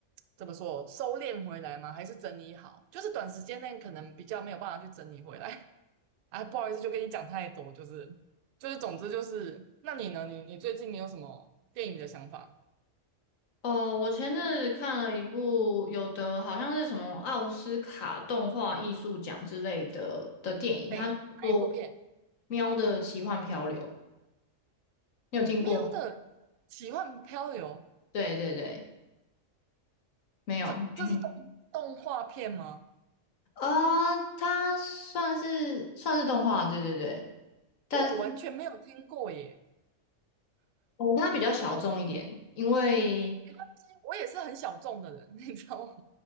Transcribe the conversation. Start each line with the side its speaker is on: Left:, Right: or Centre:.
Right: 怎么说收敛回来吗？还是整理好？就是短时间内可能比较没有办法去整理回来。<laughs> 啊，不好意思，就跟你讲太多，就是就是，总之就是，那你呢？你你最近你有什么电影的想法？
Left: 哦，我前阵子看了一部有的好像是什么奥斯卡动画艺术奖之类的的电影，
Right: 对，
Left: 他做
Right: 哪一部片？
Left: 《喵的奇幻漂流》，你有听过吗？
Right: 喵的奇幻漂流，
Left: 对对对，没有。
Right: 这这是动动画片吗？
Left: 没听。啊，它算是算是动画，对对对，但是
Right: 因为我完全没有听过耶。
Left: 哦，它比较小众一点，因为
Right: 没关系，我也是很小众的人，<laughs> 你知道吗？